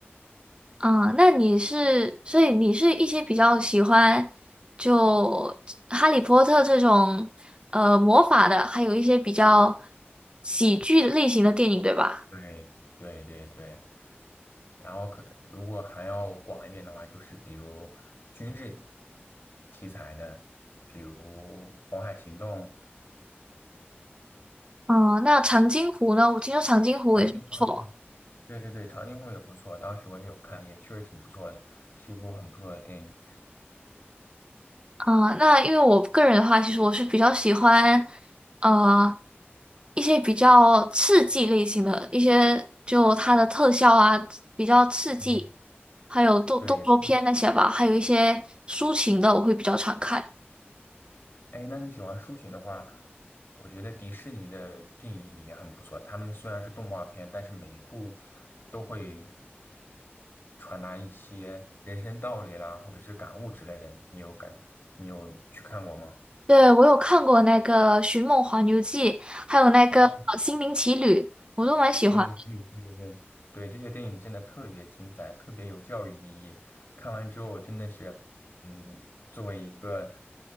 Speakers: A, on the right; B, on the left.
A: 嗯，那你是，所以你是一些比较喜欢就哈利波特这种呃魔法的，还有一些比较喜剧类型的电影，对吧？
B: 对对对对，然后可如果还要广一点的话，就是比如军事题材的，比如《红海行动》
A: 嗯，那长津湖呢？我听说长津湖也是不错。
B: 《长津湖》啊，对对对对，《长津湖》也不错，当时我也有看，也确实挺不错的，是一部很不错的电影。
A: 啊、那因为我个人的话，其实我是比较喜欢，呃，一些比较刺激类型的，一些就它的特效啊比较刺激，
B: 嗯，
A: 还有动动作片那些吧，
B: 对，
A: 还有一些抒情的，我会比较常看。
B: 哎，那你喜欢抒情的话，我觉得迪士尼的电影也很不错。他们虽然是动画片，但是每一部都会传达一些人生道理啦，或者是感悟之类的。你有感，你有去看过吗？
A: 对，我有看过那个《寻梦环游记》，还有那个呃心灵奇旅》，
B: 啊，
A: 我都蛮喜欢。
B: 心灵心理，对对对，对，这些电影真的特别精彩，特别有教育意义。看完之后，我真的是，嗯，作为一个